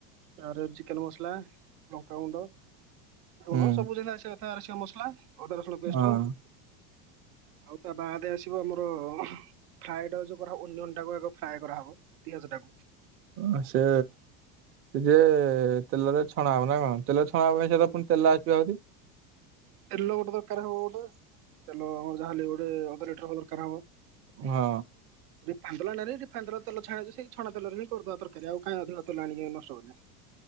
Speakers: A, on the right; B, on the right.
A: ତା ପରେ ଚିକେନ୍‌ ମସଲା ଲଙ୍କାଗୁଣ୍ଡ ଲୁଣ
B: ହୁଁ
A: ସବୁ ଯେମିତି ଆସିବା କଥା ମସଲା ଅଦା ରସୁଣ ପେଷ୍ଟ
B: ହଁ
A: ଆଉ ତା ବାହାରେ ଆସିବ ଆମର ଫ୍ରାଇଡ ରାଇ ଯୋଉ କର ଓନିଅନ୍‌ ଟାକୁ ଫ୍ରାଏ କରାହବ ପିଆଜଟାକୁ
B: ଆସେ ଯେ ଟିକେ ତେଲରେ ଛଣା ହବ ନା କଣ ତେଲ ଛଣା ଛଣା ହୁଏ
A: ହୁଁ।
B: ପାଇଁ ପୁଣି ତେଲ ଆସିବା ଆହୁରି।
A: ତେଲ ଗୋଟେ ଦରକାର ହବ ବୋଧେ ତେଲ ଆମର ଯାହାହେଲେ ଗୋଟେ ଅଧ ଲିଟର ଦରକାରହବ।
B: ହଁ।
A: ରିଫାଇନ୍‌ ତେଲ ରିଫାଇନ୍‌ ତେଲ ଛାଣି ସେ ଛଣା ତେଲ ହିଁ କରିଦବା ତରକାରୀ ଆଉକାଇଁ ଅଧିକ ତେଲ ଆଣିକି ନଷ୍ଟ କରିବା। ତେଲ